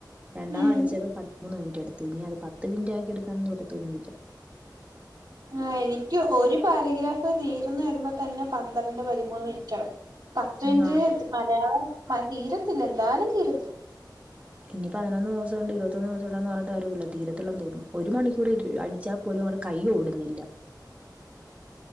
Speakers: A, on the right (about 20°); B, on the right (about 65°).
A: രണ്ടാം
B: ഉം
A: അടിച്ചപ്പോ പതിമൂന്ന് മിനിറ്റ് എടുത്ത് ഇനി അത് പത്ത് മിനിറ്റ് ആക്കി എടുക്കാാനന്ന് വറ്റ തോന്നില്ല
B: ആ എനിക്ക് ഒരു പാരഗ്രാഫ് തീർന്ന് വരുമ്പോ തന്നെ പന്ത്രണ്ട് പതിമൂന്ന് മിനിറ്റ്ാകും പത്ത് മിനിറ്റ്
A: ആഹ്
B: എ മലയാളം തീരത്തില്ല എന്തായാലും തീരത്തി
A: ഇനി പതിനൊന്ന് ദിവസം ഉണ്ട് ഇരുപത്തൊന്ന് ദിവസം ഉണ്ടന്ന് പറഞ്ഞട്ട് കാര് ഇല്ല തീരത്തെല്ലാം തോന്നും ഒരു മണിക്കൂർടാൽ പോലും കൈ ഓടുന്നില്ല